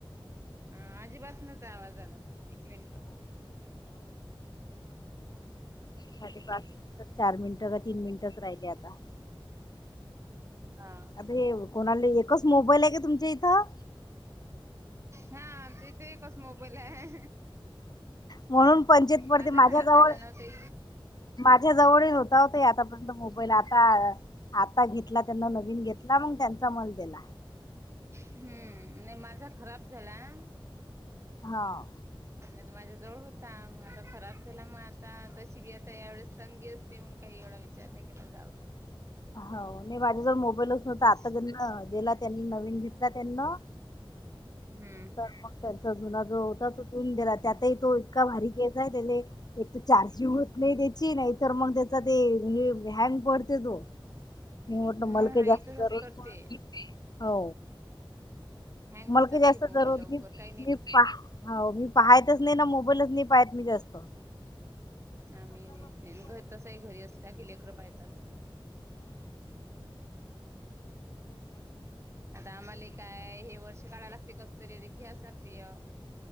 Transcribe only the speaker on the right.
अं.. अजिबात नव्हता आवाज आला एक मिनट.
हा.
हा. ती बी एकच मोबाईल आहे.
माझा
खराब
झाला ना ताई
हम्म. नाही माझा खराब झाला आहे
नाहीतर माझ्या जवळ होता मग खराब झाला मग आता तशी बी आता यावेळेस संगी असते मग काही एवढा विचार विचार नाय केला जाऊ द्या.
तशी
हम्म.
मग
हा
तसंच
करते
हँग
होतात
हे मोबाईल
लवकर
काही
आम्ही नाही ते घर तसही घरी असल्या की लेकरं पाहितात. आता, आम्हाले काय हे वर्ष काढाय लागते कसं, तरी रिक्स लागतेय.